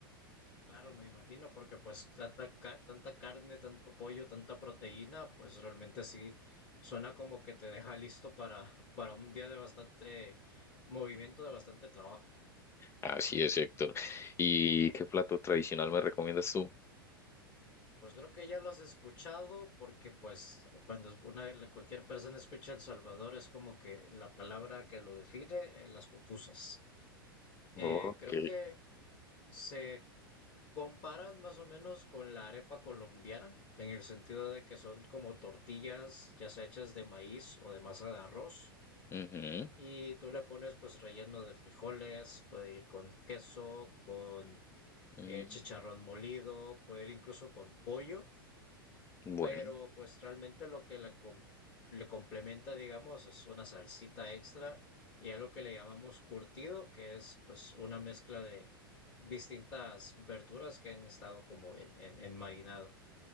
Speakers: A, on the left (about 40°); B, on the left (about 20°).
A: Claro, me imagino, porque pues tanta, ca- tanta carne, tanto pollo, tanta proteína, pues realmente sí suena como que te deja listo para, <laughs> para un día de bastante movimiento, de bastante trabajo.
B: Así es, Héctor. ¿Y qué plato tradicional me recomiendas tú?
A: Pues creo que ya lo has escuchado, porque pues cuando una, cualquier persona escucha El Salvador es como que la palabra que lo define, eh, las pupusas. Eh,
B: Ok.
A: creo que se Comparan más o menos con la arepa colombiana, en el sentido de que son como tortillas ya sea hechas de maíz o de masa de arroz.
B: Ujú.
A: Y tú le pones pues relleno de frijoles, puede ir con queso, con
B: Mm,
A: eh, chicharrón molido, puede ir incluso con pollo
B: Bueno,
A: pero pues realmente lo que le, com- le complementa, digamos, es una salsita extra y algo que le llamamos curtido, que es pues una mezcla de distintas verduras que han estado como en, en, en marinado.